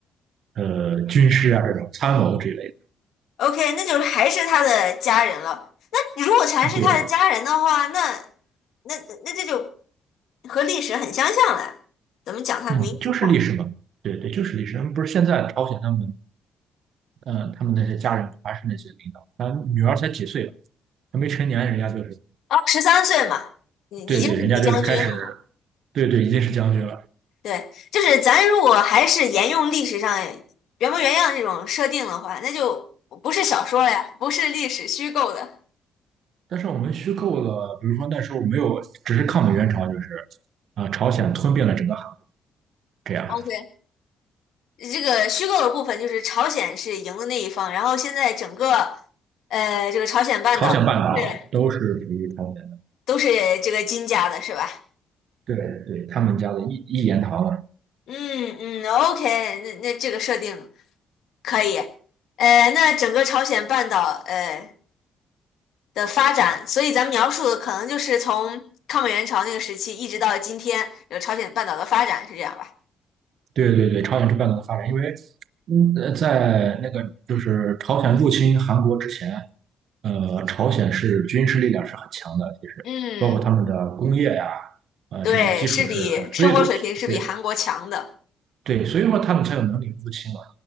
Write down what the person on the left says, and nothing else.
OK，OK，那就是还是他的家人了。那如果全是他的家人的话，
那那那这就和历史很相像了，怎么讲它民主化了？
哦，十三岁嘛，已已经是李将军了嘛。
对，就是咱如果还是沿用历史上原模原样这种设定的话，那就不是小说了呀，不是历史虚构的。
OK，这个虚构的部分就是朝鲜是赢的那一方，然后现在整个呃这个朝鲜半岛都是
都是这个金家的，是吧？
嗯嗯，OK，那那这个设定。可以，呃，那整个朝鲜半岛呃的发展，所以咱们描述的可能就是从抗美援朝那个时期一直到今天有朝鲜半岛的发展，是这样吧？
嗯，
对，
是比生活水平是比韩国强的。